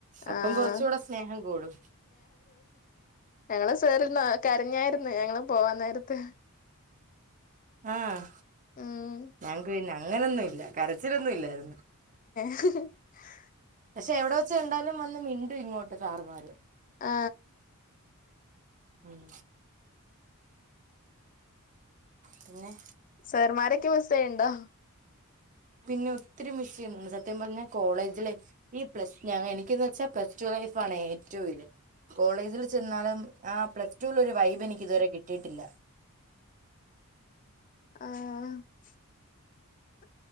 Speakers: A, on the right; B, on the left.
A: അപ്പം
B: ആഹ്
A: കൊറച്ച് കൂടെ സ്നേഹം കൂടൂം
B: ഞങ്ങള് സാറിന്ന് കരഞ്ഞായിരുന്നു. ഞങ്ങള് പോവാൻ നേരത്ത്.
A: ആഹ്
B: ഉം
A: ഞങ്ങക്ക് പിന്നെ അങ്ങനൊന്നും ഇല്ല. കരച്ചിലൊന്നും ഇല്ലായിരുന്നു.
B: <inaudible>
A: പക്ഷെ എവിടെ വെച്ച് കണ്ടാലും വന്ന് മിണ്ടും ഇങ്ങോട്ട് സാറുമ്മാര്..
B: ആ
A: ഉം പിന്നെ
B: സാറുമാരൊക്കെ മിസെയണ്ടാ.
A: പിന്നെ ഒത്തിരി മിസ് ചെയ്യുന്നുണ്ട് സത്യം പറഞ്ഞാ കോളേജിലെ ഈ പ്ലസ് ഞ എനിക്കന്ന് വെച്ചാ പ്ലസ് ടു ലൈഫ് ആണ് ഏറ്റവും ഇത്. കോളേജിൽ ചെന്നാലും ആ പ്ലസ്ടു ലെ ഒരു വൈബ് എനിക്ക് ഇതുവരെ കിട്ടിയിട്ടില്ല.
B: ആ <unintelligible>